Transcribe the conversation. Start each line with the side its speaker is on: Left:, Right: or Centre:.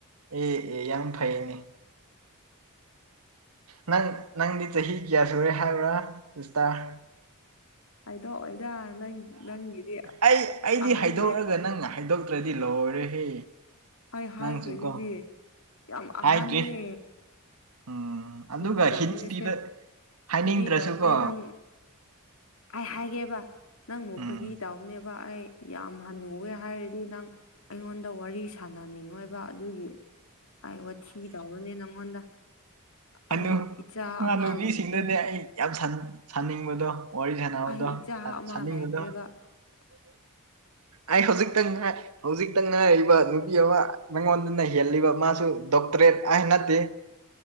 Right: ꯑꯦ ꯑꯦ ꯌꯥꯝ ꯐꯩꯅꯦ ꯅꯪ ꯅꯪꯗꯤ ꯆꯍꯤ ꯀꯌꯥ ꯁꯨꯔꯦ ꯍꯥꯏꯕ꯭ꯔꯥ ꯁꯇꯥꯔ
Left: ꯍꯥꯏꯗꯣ ꯏꯗ ꯅꯪ ꯅꯪꯒꯤꯗꯤ
Right: ꯑꯩ ꯑꯩꯗꯤ
Left: ꯑꯍꯟꯅꯦ
Right: ꯍꯥꯏꯗꯣꯛꯑꯒ ꯅꯪ ꯍꯥꯏꯗꯣꯛꯇ꯭ꯔꯗꯤ ꯂꯣꯏꯔꯦꯍꯦ
Left: ꯑꯩ ꯍꯥꯏꯈ꯭ꯔꯦꯗꯨꯗꯤ
Right: ꯅꯪꯁꯨ ꯀꯣ
Left: ꯌꯥꯝ ꯑꯍꯟꯅꯤ
Right: ꯍꯥꯏꯗ꯭ꯔꯤ ꯎꯝ ꯑꯗꯨꯒ
Left: ꯐꯣꯏꯒꯤ ꯇꯥꯝꯅꯦ
Right: ꯍꯤꯟꯁ ꯄꯤꯕ
Left: ꯁꯦ
Right: ꯍꯥꯏꯅꯤꯡꯗ꯭ꯔꯁꯨꯀꯣ
Left: ꯐꯣꯏꯒꯤ ꯇꯥꯝꯅꯦ ꯅꯪ ꯑꯩ ꯍꯥꯏꯒꯦꯕ ꯅꯪ ꯃꯨꯛ
Right: ꯎꯝ
Left: ꯐꯒꯤ ꯇꯎꯕꯅꯦꯕ ꯑꯩ ꯌꯥꯝ ꯍꯜꯟꯅꯨꯋꯦ ꯍꯥꯏꯔꯗꯤ ꯅꯪ ꯑꯩꯉꯣꯟꯗ ꯋꯥꯔꯤ ꯁꯥꯟꯅꯅꯤꯡꯉꯣꯏꯕ ꯑꯗꯨꯒꯤ ꯑꯩ ꯋꯥ ꯊꯤ ꯇꯧꯔꯅꯦ ꯅꯪꯉꯣꯟꯗ
Right: ꯑꯗꯨꯂꯨ
Left: ꯑꯩ ꯏꯆꯥ
Right: ꯉꯥꯂꯨꯕꯤꯁꯤꯡꯗꯗꯤ
Left: ꯑꯃ ꯂꯩꯈ꯭ꯔꯦ
Right: ꯑꯩ ꯌꯥꯝ ꯁꯥꯅꯤꯡꯕꯗꯣ ꯋꯥꯔꯤ ꯁꯥꯟꯅꯥꯅꯕꯗꯣ
Left: ꯑꯩ ꯏꯆꯥ ꯑꯃ
Right: ꯁꯥꯅꯤꯡꯉꯗꯣ
Left: ꯂꯩꯈ꯭ꯔꯦꯕ
Right: ꯑꯩ ꯍꯧꯖꯤꯛꯇꯪ ꯉꯥꯏ ꯍꯧꯖꯤꯛꯇ ꯉꯥꯏꯔꯤꯕ ꯅꯨꯄꯤ ꯑꯃ ꯅꯪꯉꯣꯟꯗ ꯅ ꯍꯜꯂꯤꯕ ꯃꯥꯁꯨ ꯗꯣꯛꯇꯔꯦꯠ ꯍꯥꯏ ꯅꯠꯇꯦ